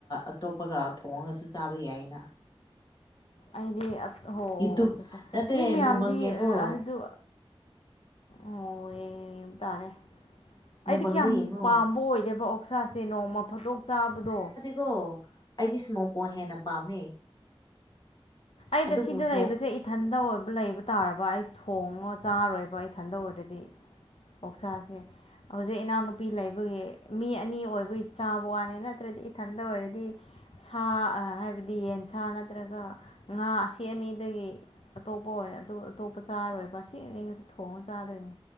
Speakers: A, on the left; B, on the left.
A: ꯑꯇꯣꯞꯄꯒ ꯊꯣꯡꯉꯒꯁꯨ ꯆꯥꯕ ꯌꯥꯏꯅ
B: ꯑꯩꯗꯤ ꯍꯣ ꯑꯣ
A: ꯌꯨꯇꯨꯞ
B: ꯑꯠꯆꯥ ꯑꯠꯆꯥ
A: ꯅꯠꯇꯦ
B: ꯃꯤ ꯃꯌꯥꯝꯗꯤ
A: ꯃꯨꯛꯕꯪ ꯌꯦꯡꯉꯣ
B: ꯑꯗꯨ ꯑꯣ ꯇꯥꯔꯦ
A: ꯃꯨꯛꯕꯪꯗ
B: ꯑꯩꯗꯤ ꯀꯌꯥꯝ
A: ꯌꯦꯡꯉꯣ
B: ꯄꯥꯝꯕ ꯑꯣꯏꯗꯦꯕ ꯑꯣꯛꯁꯥꯁꯦ ꯅꯣꯡꯃ ꯐꯗꯣꯛ ꯆꯥꯕꯗꯣ
A: ꯀꯣ ꯑꯩꯗꯤ ꯁ ꯃꯧꯄꯨ ꯍꯦꯟꯅ ꯄꯥꯝꯃꯦ
B: ꯑꯩꯗ
A: ꯑꯗꯨꯕꯨ
B: ꯁꯤꯗ
A: ꯏꯁꯃꯣꯛ
B: ꯂꯩꯕꯁꯦ ꯏꯊꯟꯗ ꯑꯣꯏꯕ ꯂꯩꯕ ꯇꯥꯔꯕ ꯑꯩ ꯊꯣꯡꯉꯒ ꯆꯥꯔꯣꯏꯕ ꯑꯩ ꯊꯟꯗ ꯑꯣꯏꯔꯗꯤ ꯑꯣꯛꯁꯥꯁꯦ ꯍꯧꯖꯤꯛ ꯏꯅꯥꯎꯅꯨꯄꯤ ꯂꯩꯕꯒꯤ ꯃꯤ ꯑꯅꯤ ꯑꯣꯏꯕꯒꯤ ꯆꯥꯕ ꯋꯥꯅꯦ ꯅꯠꯇ꯭ꯔꯗꯤ ꯏꯊꯟꯇ ꯑꯣꯏꯔꯗꯤ ꯁꯥ ꯍꯥꯏꯕꯗꯤ ꯌꯦꯟ ꯁꯥ ꯅꯠꯇ꯭ꯔꯒ ꯉꯥ ꯑꯁꯤ ꯑꯅꯤꯗꯒꯤ ꯑꯇꯣꯞꯄ ꯑꯣꯏꯔ ꯑꯇꯣꯞꯄ ꯆꯥꯔꯣꯏꯕ ꯑꯁꯤ ꯑꯅꯤ ꯊꯣꯡꯉ ꯆꯥꯗꯣꯏꯅꯤ